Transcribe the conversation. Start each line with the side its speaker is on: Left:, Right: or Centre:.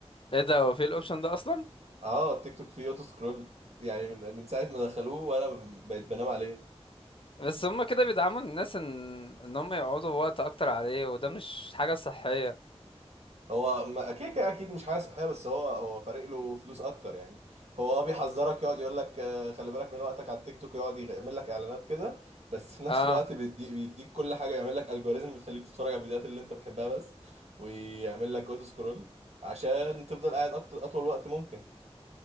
Left: ايه ده هو في الاوبشن ده اصلا
Right: اه التيك توك فيه اوتو سكرول يعني من من ساعه ما دخلوه وانا بقيت بنام عليه
Left: بس هما كده بيدعموا الناس ان ان هم يقعدوا وقت اكتر عليه وده مش حاجة صحية
Right: هو ما- كده كده اكيد مش حاجه صحيه بس هو هو فارق له فلوس اكتر يعني هو اه بيحذرك يقعد يقول لك آه، خلي بالك من وقتك على التيك توك يقعد يعمل لك اعلانات كده بس في نفس
Left: اه
Right: الوقت بيدي بيديك كل حاجه يعمل لك الجوريزم بتخليك تتفرج على الفيديوهات اللي انت بتحبها بس ويعمل لك اوتو سكرول عشان تفضل قاعد أكتر اطول وقت ممكن